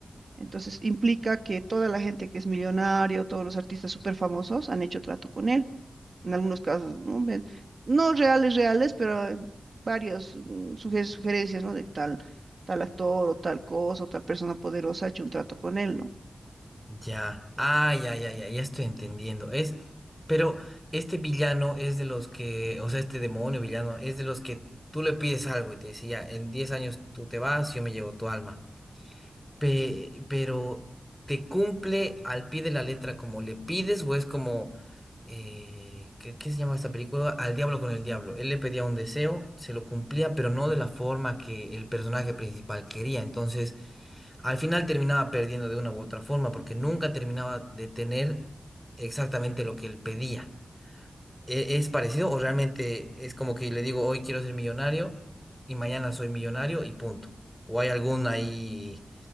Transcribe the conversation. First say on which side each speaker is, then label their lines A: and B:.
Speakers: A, on the right; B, in the centre.
A: Entonces implica que toda la gente que es millonario, todos los artistas súper famosos han hecho trato con él. En algunos casos, no, Ven- no reales, reales, pero eh, varias mm, suge- sugerencias, ¿no? De que tal, tal actor o tal cosa o tal persona poderosa ha hecho un trato con él, ¿no?
B: Ya, ah, ya, ya, ya, ya estoy entendiendo. Es, pero este villano es de los que, o sea, este demonio villano es de los que tú le pides algo y te dice, ya, en 10 años tú te vas, yo me llevo tu alma. Pe- pero, ¿te cumple al pie de la letra como le pides o es como, eh, ¿qué, qué se llama esta película? Al diablo con el diablo. Él le pedía un deseo, se lo cumplía, pero no de la forma que el personaje principal quería. Entonces al final terminaba perdiendo de una u otra forma porque nunca terminaba de tener exactamente lo que él pedía. ¿E- ¿Es parecido o realmente es como que le digo hoy quiero ser millonario y mañana soy millonario y punto? ¿O hay algún ahí